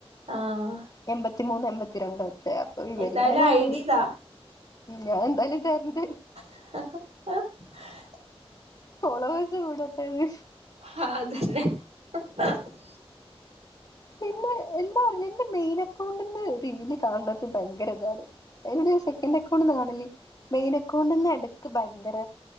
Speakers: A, on the right; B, on the left.
A: ആഹ്
B: എൺമ്പത്തി മൂന്ന് എൺമ്പത്തിരണ്ടൊറ്റം അപ്പൊ ഇവരിങ്ങനെ
A: എന്തായാലും
B: കാണൂ
A: ഐഡിതാ
B: ഞാൻ എന്തായാലും തരണ്ട്
A: <inaudible>
B: ഫോളോവേസ് കൂടട്ടെന്ന്
A: ഹാതെന്നെ <inaudible>
B: പിന്നെ എന്താ അറില്ല എന്റെ മെയിൻ അക്കൗണ്ട്ന്ന് റീൽ കാണന്നത് ഭയങ്കര ഇതാണ് അയിനിടെ സെക്കൻ് അക്കൗണ്ട്ന്ന് കാണല് മെയിൻ അക്കൗണ്ട്ന്ന് എടുക്ക് ഭയങ്കര